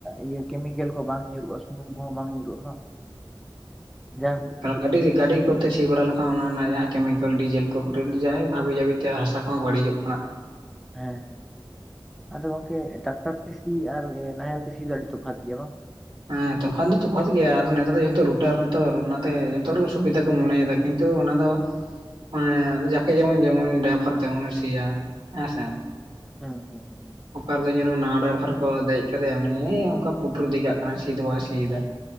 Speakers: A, in the centre; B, on the right (about 75°).
A: ᱤᱭᱟᱹ ᱠᱮᱢᱤᱠᱮᱞ ᱠᱚ ᱵᱟᱝ ᱧᱩᱨᱩᱜᱼᱟ ᱩᱵ ᱠᱚᱦᱚᱸ ᱵᱟᱝ ᱧᱩᱨᱩᱜᱼᱟ ᱵᱟᱝ ᱡᱟ <unintelligible>
B: ᱟᱹᱰᱤ ᱜᱤ ᱜᱟᱹᱰᱤ ᱠᱚᱛᱮ ᱥᱤ ᱵᱟᱲᱟ ᱞᱮᱠᱷᱟᱱ ᱚᱱᱟ ᱨᱮᱱᱟᱜ ᱡᱟᱦᱟᱸ ᱠᱮᱢᱤᱠᱮᱞ ᱰᱤᱡᱮᱞ ᱠᱚ ᱯᱮᱴᱳᱞ ᱡᱟᱭᱳᱠ ᱦᱟᱵᱤ ᱡᱟᱹᱵᱤᱛᱮ ᱦᱟᱥᱟ ᱠᱚᱦᱚᱸ ᱵᱟᱹᱲᱤᱡᱚᱜ ᱠᱟᱱᱟ᱾
A: ᱦᱮᱸ ᱦᱮᱸ ᱟᱫᱚ ᱜᱚᱝᱠᱮ ᱴᱟᱠᱴᱟᱨ ᱛᱮ ᱥᱤ ᱟᱨ ᱱᱟᱦᱮᱞ ᱛᱮ ᱥᱤ ᱫᱚ ᱟᱹᱰᱤ ᱛᱚᱯᱷᱟᱛ ᱜᱮᱭᱟ ᱵᱟᱝ?
B: ᱦᱮᱸ ᱛᱚᱯᱷᱟᱛ ᱫᱚ ᱛᱚᱯᱷᱟᱛ ᱜᱮᱭᱟ ᱟᱫᱚ ᱱᱮᱛᱟᱨ ᱫᱚ ᱡᱚᱛᱚ ᱨᱩᱴᱟᱨ ᱨᱮᱛᱚ ᱚᱱᱟᱛᱮ ᱡᱚᱛᱚ ᱦᱚᱲ ᱜᱮ ᱥᱩᱵᱤᱫᱷᱟ ᱠᱚ ᱢᱚᱱᱮᱭ ᱫᱟ᱾ ᱠᱤᱱᱛᱩ ᱚᱱᱟ ᱫᱚ, ᱚᱱᱮ ᱟᱫᱚ ᱢᱟᱠᱮ ᱡᱮᱢᱚᱱ ᱡᱮᱢᱚᱱ ᱰᱟᱭᱵᱷᱟᱨ ᱛᱮᱢᱚᱱᱮ ᱥᱤᱭᱟ ᱦᱮᱸ ᱥᱮ᱾
A: ᱦᱩᱸ ᱦᱩᱸ <inaudible>
B: ᱚᱠᱟ ᱨᱮᱫᱚ ᱧᱮᱞᱢᱮ ᱱᱟᱣᱟ ᱰᱟᱭᱵᱷᱟᱨ ᱠᱚ ᱫᱮᱡ ᱠᱟᱫᱮᱭᱟ ᱩᱱᱤ ᱚᱝᱠᱟ ᱯᱩᱴᱩᱨ ᱤᱫᱤ ᱠᱟᱜ ᱠᱟᱱᱟ ᱥᱤ ᱫᱚ ᱵᱟᱭ ᱥᱤᱭ ᱫᱟ᱾